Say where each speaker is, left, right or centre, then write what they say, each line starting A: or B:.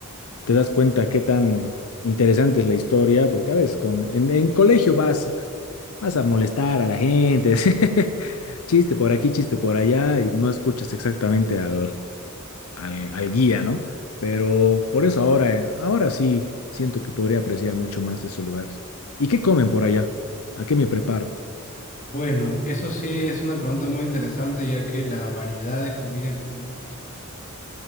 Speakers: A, on the left; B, on the left.
A: te das cuenta qué tan interesante es la historia, porque a veces con, en, en colegio vas, a- vas a molestar a la gente, <laughs> así, chiste por aquí, chiste por allá, y no escuchas exactamente al, al, al guía, ¿no? Pero por eso ahora, eh, ahora sí siento que podría apreciar mucho más esos lugares. ¿Y qué comen por allá? ¿A qué me preparo?
B: Bueno, eso sí es una pregunta muy interesante, ya que la variedad de comida que tenemos acá es